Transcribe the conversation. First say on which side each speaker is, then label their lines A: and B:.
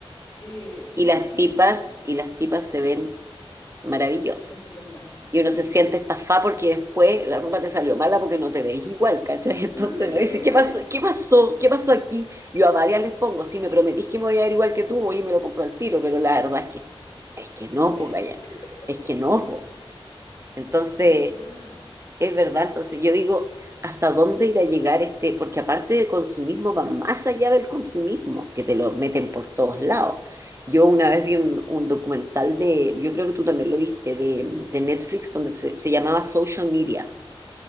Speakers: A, on the left; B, on the right.
A: Eh, y
B: y
A: es difícil.
B: las tipas, y las tipas se ven maravillosas.
A: Estupenda. Sí.
B: y uno se siente estafado porque después la ropa te salió mala porque no te ves igual, ¿cachai?
A: No
B: <laughs> Entonces
A: se ve
B: uno dice,
A: igual.
B: ¿qué pasó? ¿Qué pasó? ¿Qué pasó aquí? Yo a varias les pongo, si me prometís que me voy a ver igual que tú, oye, me lo compro al tiro, pero la verdad es que, es que no, pues, vaya,
A: <laughs>
B: es que no, pues. Entonces,
A: Es verdad,
B: es verdad, entonces yo digo, ¿hasta dónde irá a llegar este? Porque aparte de consumismo, va más allá del consumismo, que te lo meten por todos lados. Yo una vez
A: claro.
B: vi un, un documental de, yo creo que tú también lo viste, de, de Netflix, donde se, se llamaba Social Media.